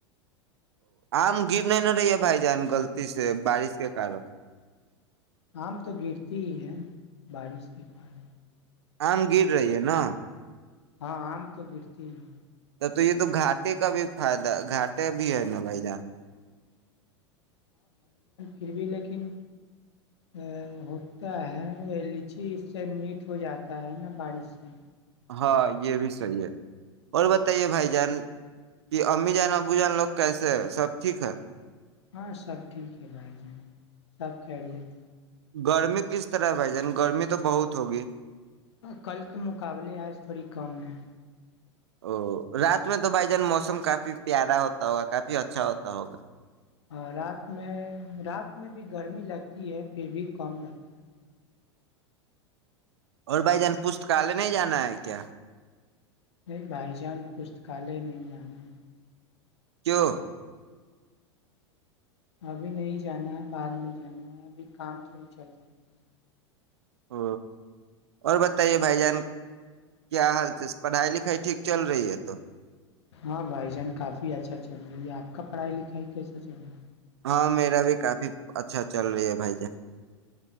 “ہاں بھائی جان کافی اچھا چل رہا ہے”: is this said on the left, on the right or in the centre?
Left